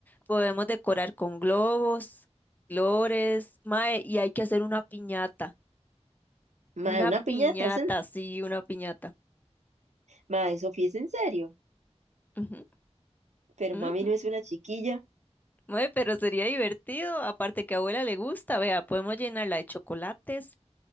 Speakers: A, on the left (about 15°); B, on the right (about 80°).
A: Podemos decorar con globos, flores, mae, y hay que hacer una piñata. Una
B: Mae, una
A: piñata,
B: piñata, es en...
A: sí, una piñata.
B: mae, Sofía, es en serio.
A: Ujú,
B: Pero
A: ujú.
B: mami no es una chiquilla.
A: Mae, pero sería divertido, aparte que a abuela le gusta, vea, podemos llenarla de chocolates,